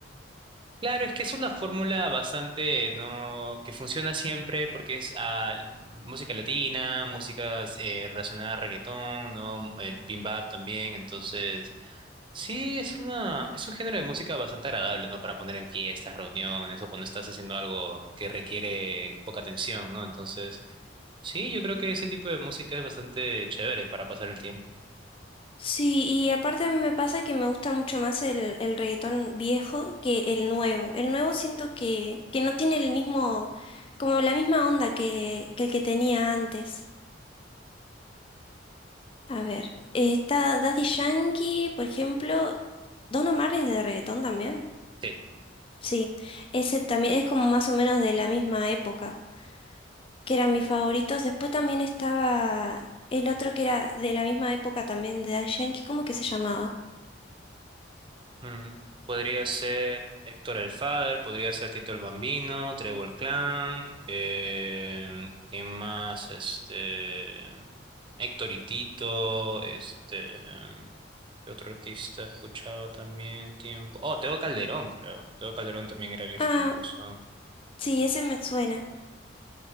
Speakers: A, on the right (about 25°); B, on the left (about 30°).
A: Claro, es que es una fórmula bastante, ¿no? que funciona siempre porque es ah, música latina, música eh, relacionada a reggaetón, ¿no? El bebop también, entonces... Sí, es una, es un género de música bastante agradable, ¿no? Para poner en fiestas, reuniones o cuando estás haciendo algo que requiere poca atención, ¿no? Entonces, sí, yo creo que ese tipo de música es bastante chévere para pasar el tiempo.
B: Sí, y aparte a mí me pasa que me gusta mucho más el, el reggaetón viejo que el nuevo. El nuevo siento que, que no tiene el mismo, como la misma onda que, que el que tenía antes. A ver, eh, está Daddy Yankee, por ejemplo, Don Omar es de reggaetón también.
A: Sí.
B: Sí, ese también es como más o menos de la misma época, que eran mis favoritos. Después también estaba el otro que era de la misma época también de Daddy Yankee, ¿cómo que se llamaba?
A: Mm, podría ser Héctor el Father, podría ser Tito el Bambino, Trébol Clan, em, ¿quién más? Este, Héctor y Tito, este, em, ¿qué otro artista escuchaba también tiempo? Oh, Teo Calderón, creo. Teo Calderón también era bien
B: Ah,
A: famoso.
B: sí, ese me suena.